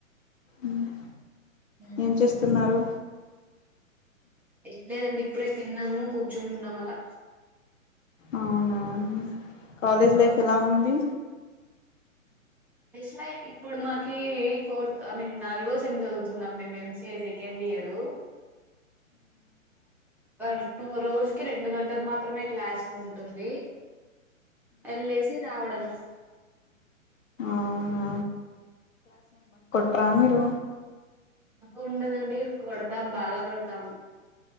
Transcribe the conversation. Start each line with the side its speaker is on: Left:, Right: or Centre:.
Left: ఉమ్మ్
Centre: ఉమ్.
Left: ఏం చేస్తున్నారు
Centre: ఏం లేదండి ఇప్పుడే తిన్నాము కూర్చొని ఉన్నాం అలా
Left: అవునా కాలేజ్ లైఫ్ ఎలా ఉంది
Centre: యస్ లైఫ్ ఇప్పుడు మాకి ఫోర్త్ ఐ మీన్ నాలుగో సెమ్ చదువుతున్నాం మేము M C A second year అర్ టూ రోజుకి రెండు గంటలు మాత్రమే క్లాసులున్ టుంది ఎల్లేసి రావడము
Left: అవునా ట్రా మీరు
Centre: దుకుండదండి కొడతాం బాగా కొడతాము